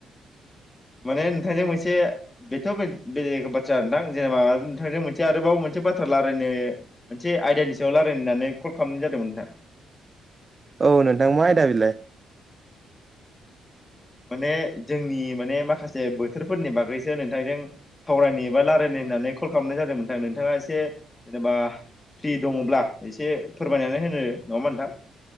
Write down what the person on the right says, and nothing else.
औ नोंथां मा आयदा बिलाय